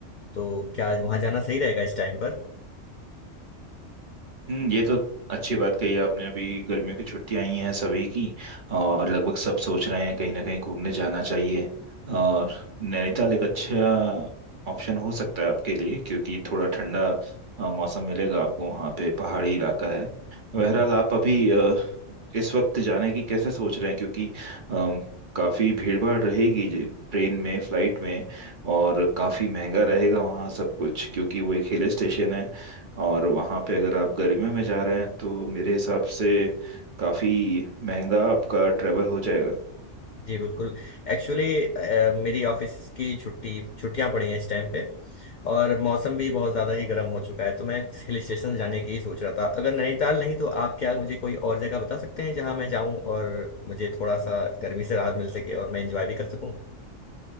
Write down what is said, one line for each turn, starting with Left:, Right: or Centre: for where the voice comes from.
Left: तो क्या वहां जाना सही रहेगा इस टाइम
Right: हम्म ये तो अच्छी बात कही आपने अभी गर्मियों की छुट्टियां आई हैं सभी की और लगभग सब सोच रहे हैं कहीं ना कहीं घूमने जाना चाहिए और नैनीताल एक अच्छा ऑप्शन हो सकता है आपके लिए क्योंकि थोड़ा ठंडा अ, मौसम मिलेगा आपको वहाँ पे पहाड़ी इलाका है
Left: पर
Right: बहरहाल आप अभी इस वक्त जाने की कैसे सोच रहे हैं क्योंकि अम, काफी भीड़ भाड़ रहेगी जे- ट्रेन में फ्लाइट में और काफी महंगा रहेगा वहाँ सब कुछ क्योंकि वो एक हिल स्टेशन है और वहाँ पे अगर आप गर्मियों में जा रहे हैं तो मेरे हिसाब से काफी महंगा आपका ट्रेवल हो जाएगा
Left: जी बिल्कुल एक्चुअली मेरी ऑफिस की छुट्टी छुट्टियां पड़ी हैं इस टाइम पे और मौसम भी बहुत ज़्यादा ही गर्म हो चुका है तो मैं हिल स्टेशन जाने की ही सोच रहा था अगर नैनीताल नहीं तो आप क्या मुझे कोई और जगह बता सकते हैं जहां मैं जाऊं और मुझे थोड़ा सा गर्मी से राहत मिल सके और मैं एंजॉय भी कर सकूं